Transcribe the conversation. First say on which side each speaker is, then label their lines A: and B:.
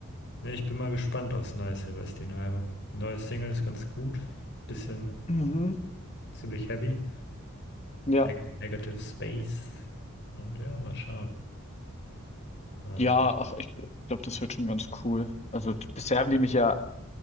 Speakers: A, on the left; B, on the left.
A: ne, ich bin mal gespannt aufs neue Silverstein-Album. Die neue Single ist ganz gut. Bisschen
B: Mhm.
A: ziemlich heavy.
B: Ja.
A: Neg Negative Space. Und ja, mal schauen. Ähm,
B: Ja, ach, ich ich glaube, das wird schon ganz cool. Also, d bisher haben die mich ja